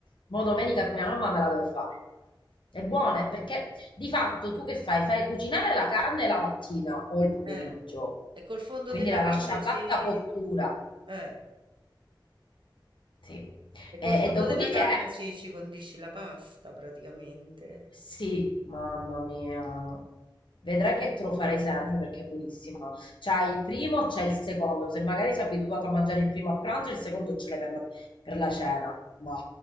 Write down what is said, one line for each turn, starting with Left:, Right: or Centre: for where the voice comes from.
Left: ma domenica mia mamma me la deve fare. È buona eh, perché di fatto tu che fai? Fai cucinare la carne la mattina o il pomeriggio,
Right: Eh, e col fondo
Left: quindi
Right: della
Left: la
Right: carne
Left: lascia a
Right: ci
Left: bassa cottura,
Right: eh,
Left: sì.
Right: e
Left: E,
Right: col fondo
Left: e dopodiché
Right: della carne ci ci condisci la pasta praticamente.
Left: Sì, mamma mia. Vedrai che te lo farei sempre perché è buonissima. C'hai il primo, c'è il secondo. Se magari sei abituato a mangiare il primo a pranzo, il secondo ce l'hai per la, per la cena. Ma